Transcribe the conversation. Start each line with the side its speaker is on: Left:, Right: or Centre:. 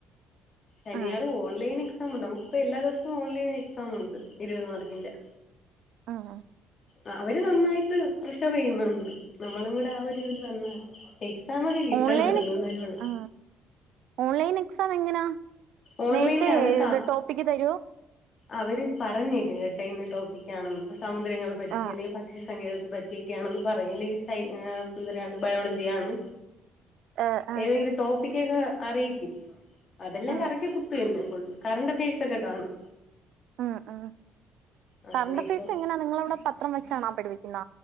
Left: ശനിയാറും
Right: ആ
Left: ഓൺലൈൻ എക്സാം ഉണ്ട് നമുക്കിപ്പ എല്ലാ ദിവസവും ഓൺലൈൻ എക്സാം ഉണ്ട് ഇരുപത് മാർക്കിൻ്റെ.
Right: ആഹ്.
Left: അ അവര് നന്നായിട്ട് പ്രഷറെയ്യുന്നുണ്ട് നമ്മളുംകൂടെ ആ ഒരുതിൽ വന്നാ ഫെ സമൊക്കെ കിട്ടണ
Right: ഓൺലൈൻ
Left: ഒരുങ്ങുന്നേലൊള്ളൂ.
Right: എക്സ് ആ ഓൺലൈൻ എക്സാം എങ്ങനാ
Left: ഓൺലൈനിൽ
Right: നേരത്തെ
Left: അവർക്ക്
Right: ത് ടോപ്പിക്ക് തര്യോ.
Left: അവര് പറഞ്ഞേക്കും കേട്ടെ ഇന്ന് ടോപ്പിക്കാണെന്ന് പ്പ സമുദ്രങ്ങളെ പറ്റി
Right: ആ
Left: അല്ലെങ്കിൽ പക്ഷിസങ്കേതത്തെ പ റ്റിയൊക്കെ ആണെന്ന് പറയാ അല്ലെങ്കി സയ് ഏ എന്തപറയാ ബയോളജി ആണ്.
Right: ഏ ആ
Left: ഏതെങ്കിലും ടോപ്പിക്കക്കെ അറിയിക്കും അതെല്ലാം
Right: ആ
Left: കറക്കി കുത്തുക തന്നെ ഫുള്ള്. കറണ്ട് ഫീസൊക്കെ കാണും.
Right: ആഹ് ആഹ്
Left: അങ്ങനെയൊക്കെ
Right: കറണ്ട് ഫീസ് എങ്ങനാ നിങ്ങളവിട പത്രം വെച്ചാണോ പഠിപ്പിക്കുന്ന.